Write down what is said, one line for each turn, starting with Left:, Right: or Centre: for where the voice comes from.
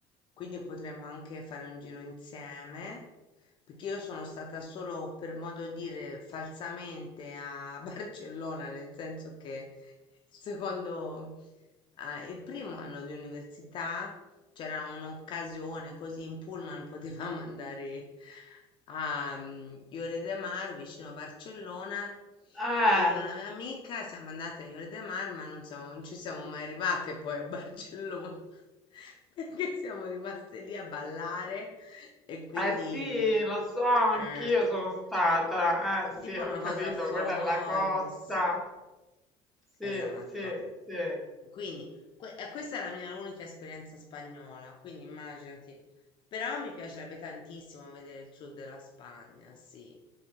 Left: quindi potremmo anche fare un giro insieme. perché io sono stata solo, per modo dire, falsamente a <laughs> Barcellona, nel senso che il secondo, ah, il primo anno di università c'era un'occasione così in pullman potevamo andare <laughs> a mm, Lloret de Mar vicino a Barcellona
Centre: eh,
Left: e io e la mia amica siamo andate a Lloret de Mar ma non siamo- non ci siamo mai arrivate poi a Barcellona <laughs> perché siamo rimaste lì a ballare e quindi
Centre: eh sì, lo so, anch'io
Left: eh,
Centre: sono stata. Eh sì,
Left: tipo
Centre: ho
Left: una cosa
Centre: capito,
Left: folle,
Centre: quella è la costa.
Left: sì,
Centre: Sì,
Left: esatto.
Centre: sì, sì.
Left: Quindi que- e questa è la mia unica esperienza spagnola, quindi immaginati. Però mi piacerebbe tantissimo vedere il sud della Spagna, sì.